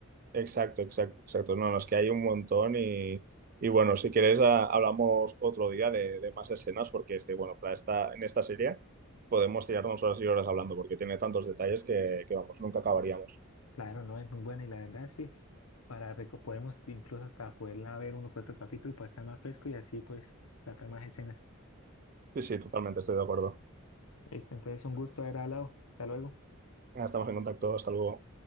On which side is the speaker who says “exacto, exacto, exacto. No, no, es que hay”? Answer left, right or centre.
Right